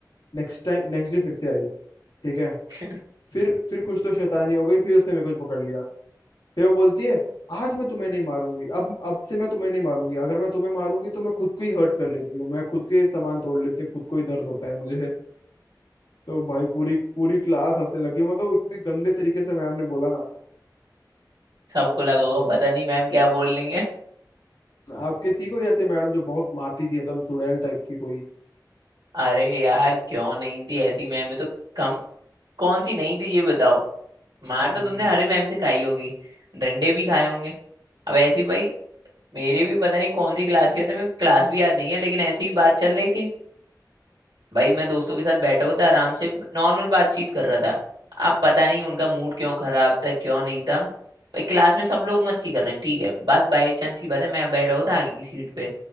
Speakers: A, on the left; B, on the right.
A: नेक्स्ट टाइम नेक्स्ट डे फिर से आई ठीक है
B: <laughs>
A: फिर फिर कुछ तो शैतानी हो गई फिर उसने मेरे को पकड़ लिया फिर वो बोलती है आज मैं तुम्हें नहीं मारूंगी अब अब से मैं तुम्हें नहीं मारूंगी अगर मैं तुम्हें मारूंगी तो मैं खुद को ही हर्ट कर लेती हूँ मैं खुद के सामान तोड़ लेती हूँ खुद को ही दर्द होता है मुझे तो भाई पूरी पूरी क्लास हंसने लगी मतलब इतने गंदे तरीके से मैम ने बोला ना
B: सबको
A: तो
B: लगा
A: वैसा
B: होगा पता नहीं मैम क्या बोल रही है
A: आपके थी कोई ऐसे मैडम जो बहुत मारती थी एकदम चुड़ैल टाइप थी कोई
B: अरे यार क्यों नहीं थी ऐसी मैम है तो कम कौन सी नहीं थी ये बताओ मार
A: हम्म
B: तो तुमने हरे मैम से खाई होगी डंडे भी खाए होंगे अब ऐसी भाई मेरे भी पता नहीं कौन सी क्लास की होती है मेरे को क्लास भी याद नहीं है लेकिन ऐसी ही बात चल रही थी भाई मैं दोस्तों के साथ बैठा हुआ था आराम से नॉर्मल बातचीत कर रहा था अब पता नहीं उनका मूड क्यों खराब था क्यों नहीं था भाई क्लास में सब लोग मस्ती कर रहे हैं ठीक है बस बाई चांस की बात है मैं बैठा हुआ था आगे की सीट पे